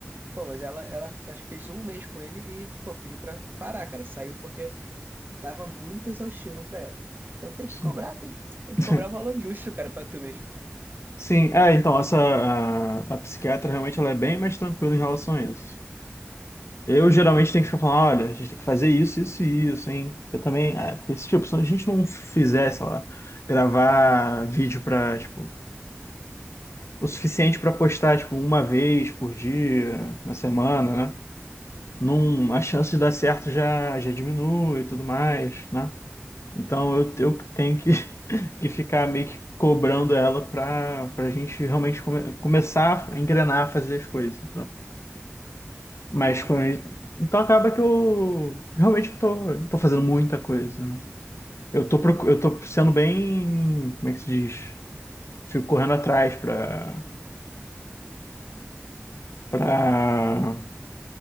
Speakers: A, on the right; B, on the left.
A: Pô, mas ela, ela acho que fez um mês com ele e, pô, pediu pra parar, cara. Saiu porque Tava muito exaustivo pra ela. Então tem
B: Sim.
A: que cobrar, tem, tem que
B: <laughs>
A: cobrar o valor justo, cara, pra tu mesmo.
B: sim, é, então, essa, a, a psiquiatra realmente ela é bem mais tranquila em relação a isso. Eu geralmente
A: Uhum,
B: tenho que ficar falando, olha, a gente tem que fazer isso, isso e isso, hein? Eu também, é, porque se, tipo, se a gente não fizer, sei lá, gravar vídeo pra, tipo, o suficiente pra postar, tipo, uma vez por dia, na semana, né? Num, a chance de dar certo já, já diminui e tudo mais, né? Então eu,
A: uhum,
B: eu tenho que, <laughs> que ficar meio que cobrando ela pra, pra gente realmente come- começar a engrenar, a fazer as coisas. Mas
A: uhum.
B: com... Então acaba que eu realmente tô, não tô fazendo muita coisa, né? Eu tô, procu- eu tô sendo bem, como é que se diz? Fico correndo atrás pra, pra...